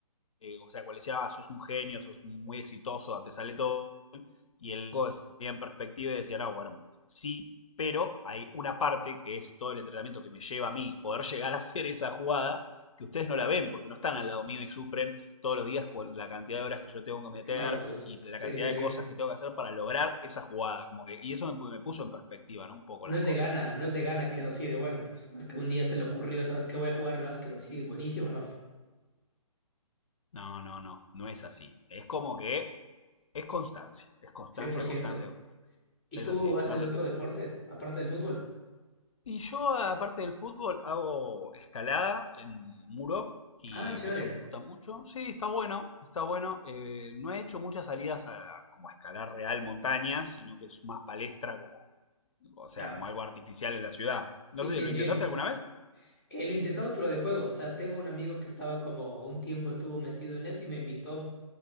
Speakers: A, on the left; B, in the centre.
A: eh, o sea, cuando le decía, ah, sos un genio, sos muy exitoso, te sale todo bien", y el loco ponía en perspectiva y decía, no, bueno, sí, pero hay una parte que es todo el entrenamiento que me lleva a mí poder llegar a hacer esa jugada que ustedes no la ven porque no están al lado mío y sufren todos los días con la cantidad de horas que yo tengo que meter
B: Claro, pues.
A: y la
B: Sí,
A: cantidad
B: sí, sí.
A: de cosas que tengo que hacer para lograr esa jugada. Como que, y eso me, me puso en perspectiva, ¿no? Un poco
B: No
A: las
B: es
A: cosas.
B: de gana, no es de gana que es así de bueno, pues no es que un día se le ocurrió, sabes que voy a jugar básquet así, buenísimo, no,
A: No, no, no, no es así. Es como que es constancia, es constancia,
B: cien por ciento
A: constancia, constancia.
B: ¿Y
A: Es
B: tú
A: así,
B: haces
A: no sé
B: otro
A: si...
B: deporte, aparte del fútbol?
A: Y yo, aparte del fútbol, hago escalada en muro y
B: Ah, chévere,
A: eso me gusta mucho. Sí, está bueno, está bueno. Eh, no he hecho muchas salidas a como a escalar real montañas, sino que es más palestra como, o sea,
B: ya.
A: como algo artificial en la ciudad. No
B: Sí,
A: sé,
B: sí, en
A: ¿lo intentaste
B: gym.
A: alguna vez?
B: Eh, lo he intentado, pero de juego. O sea, tengo un amigo que estaba como un tiempo estuvo metido en eso y me invitó